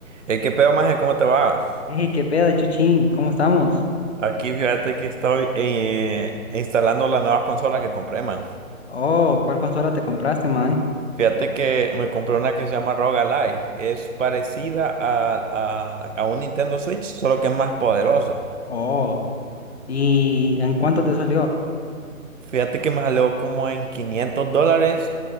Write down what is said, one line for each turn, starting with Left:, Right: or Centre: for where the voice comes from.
Right: Eh, ¿qué pedo, maje? ¿Cómo te va?
Left: Ey, qué pedo, Chuchín, ¿cómo estamos?
Right: Aquí fíjate que estoy eh, instalando las nuevas consolas que compré, man.
Left: Oh, ¿cuál consola te compraste, man?
Right: Fíjate que me compré una que se llama ROG Ally. Es parecida a, a, a un Nintendo Switch, solo que es más poderosa.
Left: Oh, ¿y en cuánto te salió?
Right: Fíjate que me salió como en 500 dólares,